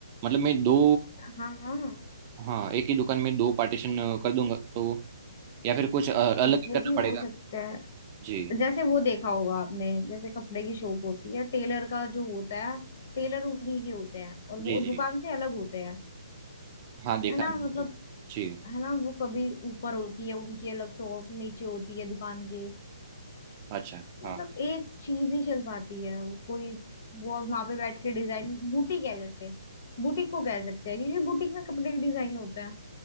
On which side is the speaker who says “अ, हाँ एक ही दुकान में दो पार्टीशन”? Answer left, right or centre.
Right